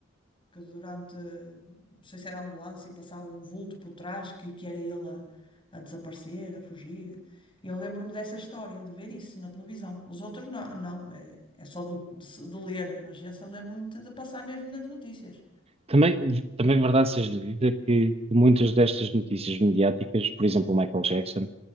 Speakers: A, on the left (about 25°); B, on the right (about 30°).
A: que durante, não sei se era a ambulância, e passava um vulto por trás, que, que era ele a, a desaparecer, a fugir. Eu lembro-me dessa história, de ver isso na televisão. Os outros não, não é, é só do- de, se- de ler, mas essa lembro-me de, de passar mesmo nas notícias.
B: também, também é verdade seja dita que muitas destas notícias mediáticas, por exemplo, o Michael Jackson,